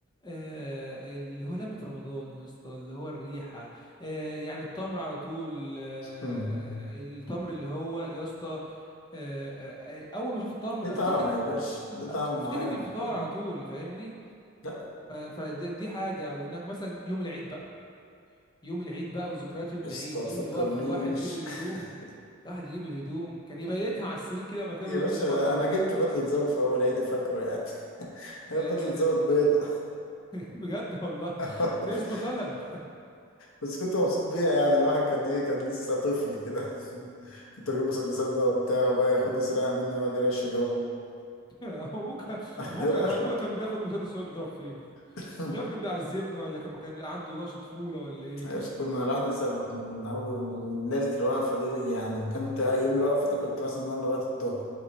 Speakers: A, on the left (about 20°); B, on the left (about 80°).
A: آه، اللي هو لمة رمضان يا اسطى اللي هو الريحة آه، يعني التمر على طول آه،
B: مم.
A: التمر اللي هو يا اسطى آه، آه، آه، اول ما اشوف التمر
B: ليه
A: افتكر
B: طعم يا باشا ليه طعم
A: افتكر
B: معين
A: الفطار
B: مم.
A: على طول فاهمني
B: لا
A: فدي حاجة وانك مثلا يوم العيد بقى يوم العيد بقى وذكريات يوم العيد
B: يا اسطى ما تفكرنيش
A: يوم الوقفة الواحد يجيب الهدوم
B: <laughs>
A: الواحد يجيب الهدوم كان يبيتها على السرير كده مكانه
B: يا
A: وينزل
B: باشا
A: ينام على الارض
B: انا جبت بدلة ظابط في اول عيد فاكره يعني <laughs> هي
A: يعني
B: بدلة
A: <laughs>
B: ظابط
A: يعني
B: بيضة
A: بجد والله
B: <laughs>
A: يثبت طالع
B: بس كنت مبسوط بيها يعني الواحد كان ايه كان لسه طفل كده <laughs> كنت اجيب مسدسات بقى وبتاع وبقى ياخد يسرقها مني ويقعد يرشي هو
A: <laughs> هو ابوك
B: <laughs>
A: ابوك
B: إيه
A: أنا
B: القرف
A: ابويا كان بياخد مسدس ويقعد يضرب فينا
B: ده؟ <laughs>
A: كان مش عارف كان بيعذبنا ولا كان كان عنده نقص طفوله ولا ايه
B: ماشي كنا الواحد يسهر من أول من ليلة الوقفة دي يعني كنت يوم الوقفة ده كنت مثلا أنام لغاية الظهر